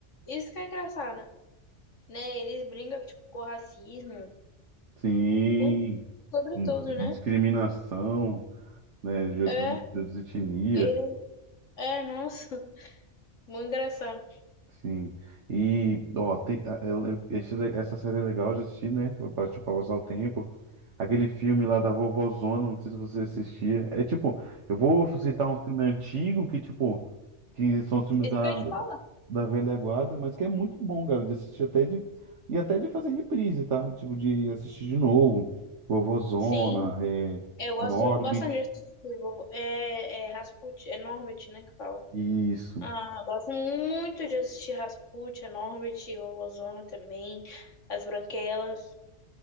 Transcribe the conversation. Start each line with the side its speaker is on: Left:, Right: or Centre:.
Left: isso que é engraçado, né? Eles brincam, tipo, com racismo,
Right: Sim,
Left: com sobre tudo,
Right: discriminação,
Left: né?
Right: né, de outras,
Left: É,
Right: de outras etnias.
Left: ele... É, nossa, <laughs> muito engraçado.
Right: Sim. E, ó, tem, a- eu lem- esse le- essa série é legal de assistir, né? Pra, tipo, pra passar o tempo. Aquele filme lá da Vovozona, não sei se você assistia. É tipo, eu vou citar um filme antigo que, tipo, que são os filmes
Left: Isso
Right: da,
Left: que eu ia te falar.
Right: da velha guarda, mas que é muito bom, cara, de assistir até de. E até de fazer reprise, tá? Tipo, de assistir de novo. Vovozona,
Left: Sim,
Right: é,
Left: eu gosto
Right: Norbit.
Left: bastante desse tipo, é, é Rasputin, é Norbit, né, que fala.
Right: Isso.
Left: Ah, gosto muito de assistir Rasputia, Norbit, o Ozona também, As Branquelas.